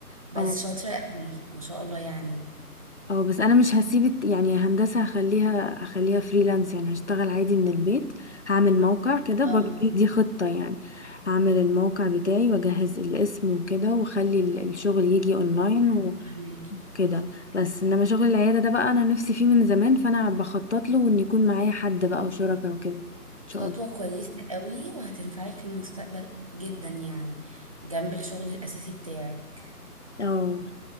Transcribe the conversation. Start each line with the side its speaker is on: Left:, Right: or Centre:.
Right: بس
Left: اه
Right: شاطره قوي ما شاء الله يعني
Left: اه بس انا مش هسيب الت- يعني هندسة هخليها هخليها فريلانس يعني هشتغل عادي من البيت هعمل موقع كده
Right: اه
Left: برضه دي دي خطة يعني هعمل الموقع بتاعي واجهز الاسم وكده واخلي ال- الشغل يجي اونلاين
Right: ايوه أيوة، فهماكي
Left: كده بس انما شغل العيادة ده بقى انا نفسي فيه من زمان فانا بخطط له ان يكون معايا حد بقى وشركاء وكده ان شاء
Right: خطوة
Left: الله
Right: كويسة قوي وهتنفعك في المستقبل جدا يعني جنب الشغل الأساسي بتاعك
Left: اه